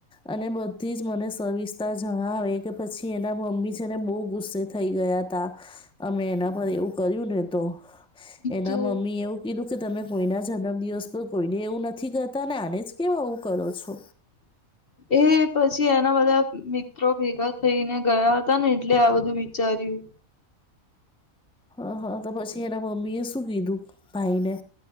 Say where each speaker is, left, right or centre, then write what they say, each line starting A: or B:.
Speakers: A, in the centre; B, on the left (about 45°).
A: અને બધી જ મને સવિસ્તાર જણાવે કે પછી એના મમ્મી છે ને બો ગુસ્સે થઈ ગયા તા અમે એના પર એવું કર્યું ને તો એના
B: તો
A: મમ્મી એવું કીધું કે તમે કોઈના જન્મ દિવસ પર કોઈને એવું નથી કરતા ને આને જ કેમ એવું કરો છો.
B: એ પછી એના બધા મિત્ર મિત્રો ભેગા થઈને ગયા તા ને એટલે આ બધું વિચાર્યું.
A: હા હા તો પછી એના મમ્મી એ શું કીધું ભાઈને.